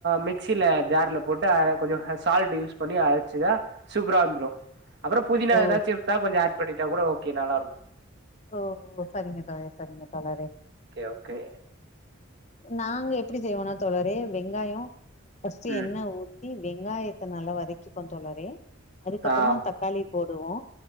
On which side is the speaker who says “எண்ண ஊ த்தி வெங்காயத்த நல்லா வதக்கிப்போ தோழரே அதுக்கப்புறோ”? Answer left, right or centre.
Left